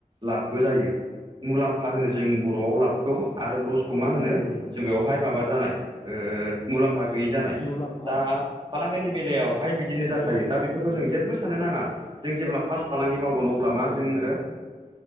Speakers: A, on the right; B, on the left.
A: लाबबो जायो। मुलाम्फा होनो जों बर'आव लाबखौ आरो ल'स खौ
B: औ
A: मा होनो
B: नंगौ नोंथां
A: जों बेवहाय माबा जानायो ओ मुलाम्फा गैयि जानाय
B: मुलाम्फा
A: दा फालांगिनि बेलायावहाय बिदिनो जाखायो
B: औ
A: दा बेफोरखौ
B: नंगौ
A: जों जेबबो साननो नाङा जों जेब्ला फारस फालांगि मावगोन अ अब्ला मा
B: औ
A: जोंङो
B: नंगौ नोंथां